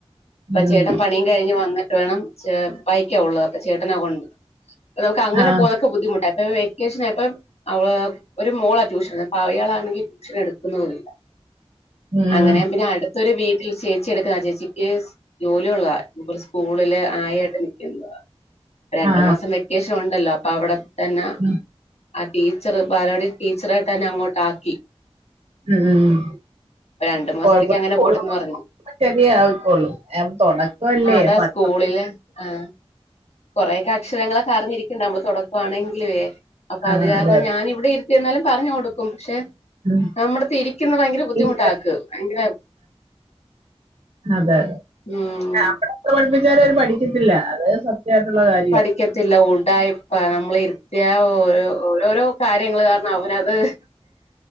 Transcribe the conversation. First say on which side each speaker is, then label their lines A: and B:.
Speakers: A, on the left (about 85°); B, on the right (about 75°).
A: ഇപ്പ
B: ഉം
A: ചേട്ടൻ പണിയും കഴിഞ്ഞ് വന്നിട്ട് വേണം ചേ ബൈക്ക ഒള്ളത് അപ്പ ചേട്ടന കൊ നമുക്കങ്ങനെ
B: ആ
A: പോന്ന ക്ക്‌ ബുദ്ധിമുട്ട ഇപ്പ വെക്കേഷനയപ്പാ അവള് ഒരു മോളാ ട്യൂഷൻ അപ്പ അയാളാണെങ്കി ട്യൂഷനെടുക്കുന്നതുയില്ല
B: ഉം
A: അങ്ങനെയ പിന്നെ അടുത്തൊരു വീട്ടിൽ ചേച്ചി എടുക്കുന്നാ ആ ചേച്ചിക്ക് ജോലിയൊള്ളത ഇതുപോലെ സ്കൂളില് ആയായിട്ട് നിക്കന്നത രണ്ട്
B: ആ
A: മാസം വെക്കേഷൻ ഒണ്ടല്ലോ അപ്പവിടെ തന്നെ
B: ഉം
A: ടീച്ചറ് ബാലവാടി ടീച്ചറായിട്ട് തന്നെ അങ്ങോട്ടാക്കി
B: ഉം ഉം
A: രണ്ടു മാസത്തേക്ക്
B: ഉം <unintelligible>
A: അങ്ങനെ പോട്ടെന്ന് പറഞ്ഞു
B: ശരിയായുക്കൂള് തൊടക്കല്ലേ
A: ആ അതാ
B: പതുക്കെ
A: സ്കൂളില്
B: പതുക്കെ
A: ആഹ് കൊറെക്കെ അക്ഷരങ്ങളൊക്കെ അറിഞ്ഞിരിക്കേണ്ടെ നമ്മള് തൊടക്കവാണെങ്കിലുവേ അപ്പ
B: ആ
A: അത് കാര
B: അതെ അതെ
A: ഞാനിവിടെയിരുത്തി എന്നാലും പറഞ്ഞു കൊടുക്കും പക്ഷെ
B: ഉം.
A: നമ്മടത്തെയിരിക്കുന്ന ഭയങ്കര ബുദ്ധിമുട്ട
B: ഇരിക്കണം.
A: ആക്ക് ഭയങ്കര
B: അതെ അതെ
A: ഉം
B: ആഹ് നമ്മളെത്ര പഠിപ്പിച്ചാലും അവര് പഠിക്കത്തില്ല അത് സത്യയിട്ടുള്ള കാര്യാ
A: പഠിക്കത്തില്ല ഉടായിപ്പ നമ്മളെയിരുത്തിയ ഓരോ ഓരോരോ കാര്യങ്ങള് അവനത്